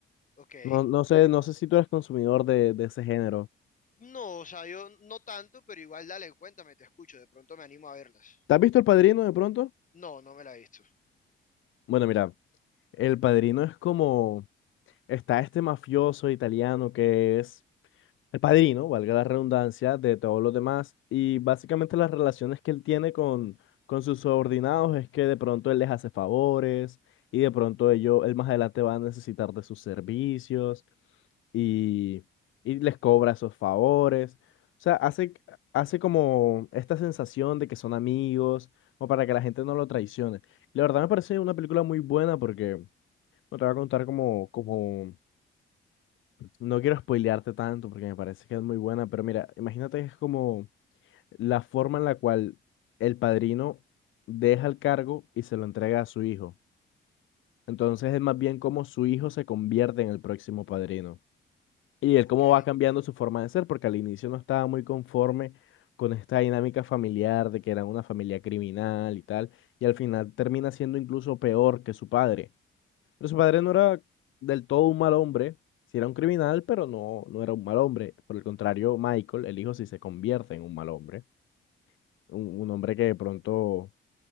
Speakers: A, on the left; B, on the left.
A: Ok,
B: No, no
A: ok.
B: sé, no sé si tú eres consumidor de, de ese género.
A: No, o sea, yo no tanto, pero igual dale, cuéntame, te escucho. De pronto me animo a verlas.
B: ¿Te has visto El Padrino de pronto?
A: No, no me la he visto.
B: Bueno, mira, El Padrino es como, está este mafioso italiano que es el padrino, valga la redundancia, de todos los demás. Y básicamente las relaciones que él tiene con, con sus subordinados es que de pronto él les hace favores y de pronto ellos, él más adelante va a necesitar de sus servicios y, y les cobra esos favores. O sea, hace, hace como esta sensación de que son amigos, o para que la gente no lo traicione. La verdad me parece una película muy buena porque no te va a contar como, como no quiero spoilearte tanto porque me parece que es muy buena, pero mira, imagínate que es como la forma en la cual el padrino deja el cargo y se lo entrega a su hijo. Entonces es más bien como su hijo se convierte en el próximo padrino. Y él
A: Ok,
B: cómo va cambiando su forma de ser, porque al inicio no estaba muy conforme con esta dinámica familiar de que era una familia criminal y tal, y al final termina siendo incluso peor que su padre. Pero su padre no era del todo un mal hombre, sí era un criminal, pero no, no era un mal hombre. Por el contrario, Michael, el hijo, sí se convierte en un mal hombre. Un, un hombre que de pronto